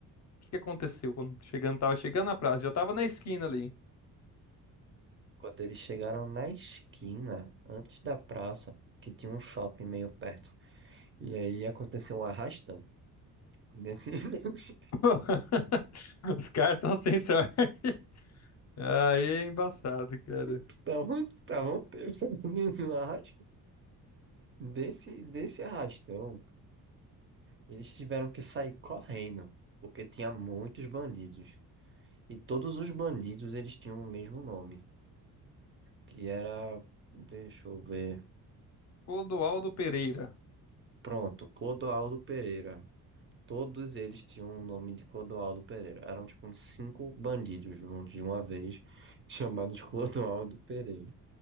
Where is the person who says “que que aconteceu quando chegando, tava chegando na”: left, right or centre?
Left